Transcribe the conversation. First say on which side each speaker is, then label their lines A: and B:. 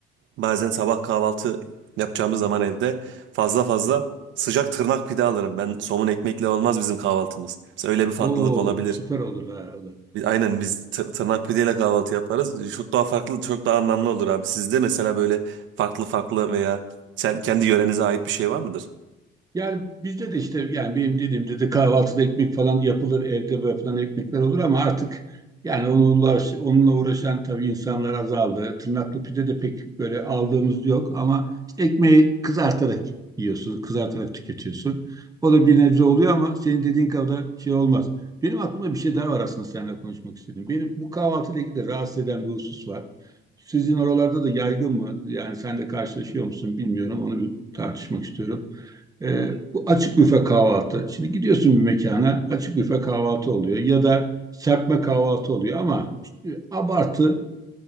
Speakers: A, on the right; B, on the right.
A: bazen sabah kahvaltı yapacağımız zaman evde fazla fazla sıcak tırnak pide alırım. Ben somun ekmekle olmaz bizim kahvaltımız. Mesela öyle bir farklılık
B: Oo,
A: olabilir.
B: süper olur ha. o
A: Bi- Aynen biz t- tırnak pideyle kahvaltı yaparız. Çok daha farklı, çok daha anlamlı olur abi. Sizde mesela böyle farklı farklı veya sen- kendi yörenize ait bir şey var mıdır?
B: Yani bizde de işte yani benim dediğimde de kahvaltıda ekmek falan yapılır, evde yapılan ekmekler olur ama artık yani onunla, onunla uğraşan tabii insanlar azaldı. Tırnaklı pide de pek böyle aldığımız yok ama işte ekmeği kızartarak yiyorsun, kızartarak tüketiyorsun. O da bir nebze oluyor ama senin dediğin kadar şey olmaz. Benim aklımda bir şey daha var aslında seninle konuşmak istedim. Benim bu kahvaltıyla ilgili de rahatsız eden bir husus var. Sizin oralarda da yaygın mı? Yani sen de karşılaşıyor musun bilmiyorum. Onu bir tartışmak istiyorum. E, bu açık büfe kahvaltı. Şimdi gidiyorsun bir mekana açık büfe kahvaltı oluyor ya da serpme kahvaltı oluyor ama işte abartı